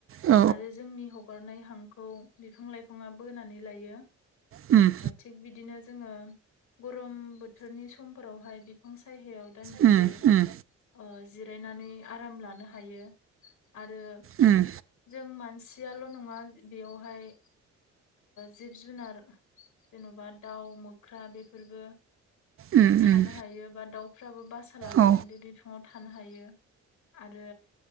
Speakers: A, on the right; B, on the left.
A: औ
B: आरो जोंनि हगारनाय हांखौ बिफां लाइफाङा बोनानै लायो।
A: उम
B: थिग बिदिनो जोङो गरम बोथोरनि समफोरावहाय बिफां सायहायाव दान्दिसे
A: उम उम
B: ओ जिरायनानै आराम लानो हायो। आरो
A: उम
B: जों मानसियाल' नङा बेयावहाय जिब जुनार जेन'बा दाउ मोख्रा बेफोरबो
A: उम
B: थानो
A: उम
B: हायो बा दाउफ्राबो बासा लानानै
A: औ
B: दै दि थु फावाव थानो हायो आरो